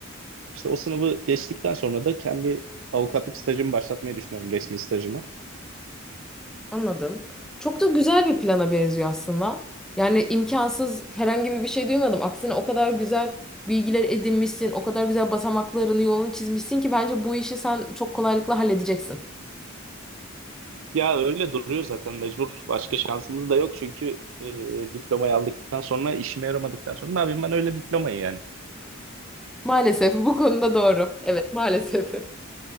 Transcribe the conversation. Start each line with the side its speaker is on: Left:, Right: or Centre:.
Right: İşte o sınavı geçtikten sonra da kendi avukatlık stajımı başlatmayı düşünüyorum, resmi stajımı.
Centre: Anladım. Çok da güzel bir plana benziyor aslında. Yani imkansız herhangi bir şey duymadım. Aksine o kadar güzel bilgiler edinmişsin, o kadar güzel basamaklarını, yolunu çizmişsin ki bence bu işi sen çok kolaylıkla halledeceksin.
Right: Ya öyle duruyor zaten mecbur. Başka şansımız da yok çünkü e, diplomayı aldıktan sonra işime yaramadıktan sonra ne yapayım ben öyle diplomayı yani.
Centre: Maalesef bu konuda doğru. Evet, maalesef.